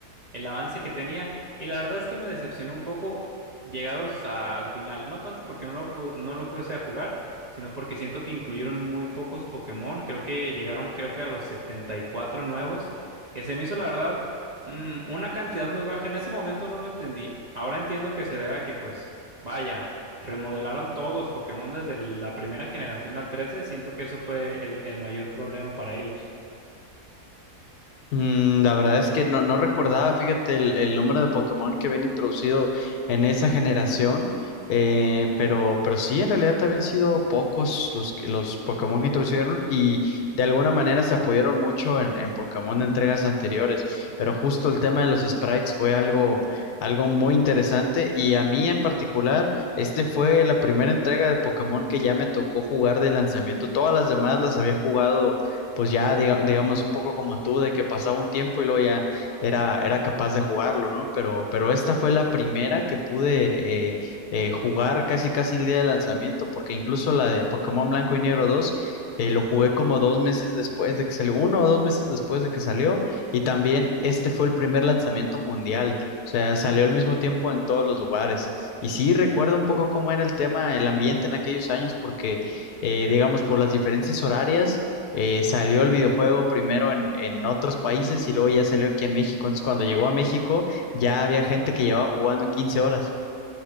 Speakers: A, on the right; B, on the left.
A: el avance que tenía. Y la verdad es que me decepcionó un poco llegados a- al final. No tanto porque no lo, pu- no lo fuese a jugar, sino porque siento que incluyeron muy pocos Pokémon. Creo que llegaron, creo que a los 74 nuevos, que se me hizo la verdad mm, una cantidad muy baja. En ese momento no lo entendí. Ahora entiendo que se debe a que, pues, vaya, remodelaron todos los Pokémon desde la primera generación al tres d Siento que eso fue el el mayor problema para ellos.
B: Mm, La verdad es que no, no recordaba, fíjate, el, el número de Pokémon que habían introducido en esa generación, eh, pero, pero sí, en realidad habían sido pocos los, que- los Pokémon que introdujeron y de alguna manera se apoyaron mucho en, en Pokémon de entregas anteriores, pero justo el tema de los sprites fue algo, algo muy interesante y a mí en particular, este fue la primera entrega de Pokémon que ya me tocó jugar de lanzamiento, todas las demás las había jugado pues ya diga- digamos un poco como tú, de que pasaba un tiempo y luego ya era, era capaz de jugarlo, ¿no? Pero, pero esta fue la primera que pude eh, eh, jugar casi casi el día de lanzamiento, porque incluso la de Pokémon Blanco y Negro 2 eh, lo jugué como dos meses después de que salió, uno o dos meses después de que salió, y también este fue el primer lanzamiento mundial, o sea, salió al mismo tiempo en todos los lugares. Y sí, recuerdo un poco cómo era el tema, el ambiente en aquellos años, porque, eh, digamos, por las diferencias horarias, eh, salió el videojuego primero en, en otros países y luego ya salió aquí en México. Entonces, cuando llegó a México, ya había gente que llevaba jugando 15 horas.